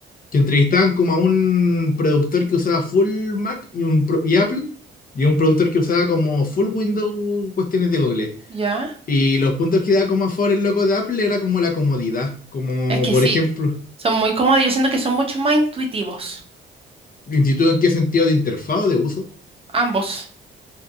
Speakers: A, on the left; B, on the right.
A: que entrevistaban como a un productor que usaba full Mac y un pro- y Apple, y un productor que usaba como full Windows cuestiones de Google.
B: ¿ya?
A: Y los puntos que daba como a favor el loco de Apple era como la comodidad, como
B: Es que
A: por
B: sí,
A: ejemplo,
B: son muy cómodos, yo siento que son mucho más intuitivos,
A: ¿instituto en qué sentido de interfaz o de uso?
B: ambos.